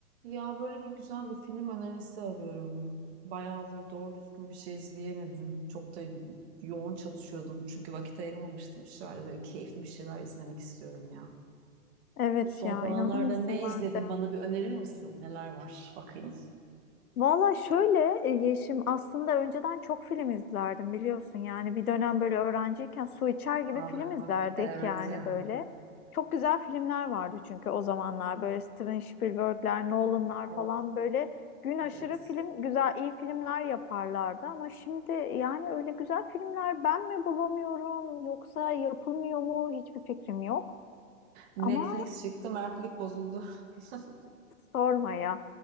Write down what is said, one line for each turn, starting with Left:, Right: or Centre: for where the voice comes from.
Right: Ya böyle bir güzel bir film önerisi arıyorum. Bayağıdır doğru düzgün bir şey izleyemedim. Çok da yoğun çalışıyordum çünkü vakit ayıramamıştım. Şöyle böyle keyifli bir şeyler izlemek istiyorum ya.
Left: Evet
Right: Son
Left: ya
Right: zamanlarda
Left: inanır mısın
Right: ne izledim
Left: ben de.
Right: bana bir önerir misin? Neler var? Bakayım.
Left: Valla şöyle e, Yeşim aslında önceden çok film izlerdim biliyorsun. Yani bir dönem böyle öğrenciyken su içer gibi
Right: Ah
Left: film izlerdik
Right: ah evet
Left: yani
Right: ya.
Left: böyle. Çok güzel filmler vardı çünkü o zamanlar böyle Steven Spielberg'ler, Nolan'lar
Right: Of,
Left: falan böyle gün aşırı
Right: evet.
Left: film güzel iyi filmler yaparlardı. Ama şimdi yani öyle güzel filmler ben mi bulamıyorum yoksa yapılmıyor mu hiçbir fikrim yok.
Right: Netflix
Left: Ama
Right: çıktı, mertlik bozuldu. <laughs>
Left: Sorma ya.